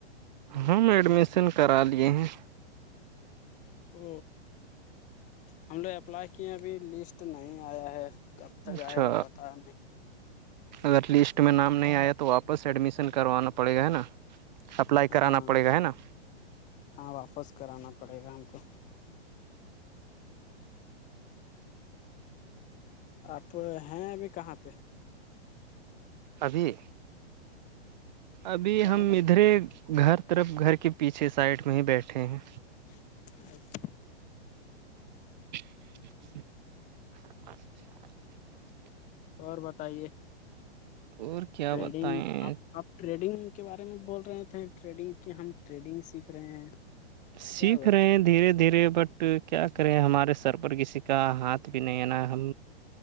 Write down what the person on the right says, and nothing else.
ہم ایڈمیشن کرا لیے ہیں
اچھا
اگر لسٹ میں نام نہیں آیا تو واپس ایڈمیشن کروانا پڑے گا ہے نا اپلائی کرانا
پڑے گا ہے نا
ابھی ابھی
ہم
ادھرے گھر طرف گھر کے پیچھے سائڈ میں ہی بیٹھے ہیں
اچھا
اور کیا
بتائیں
سیکھ
رہے دھیرے دھیرے بٹ کیا کریں ہمارے سر پر کسی کا ہاتھ بھی نہیں ہے نا ہم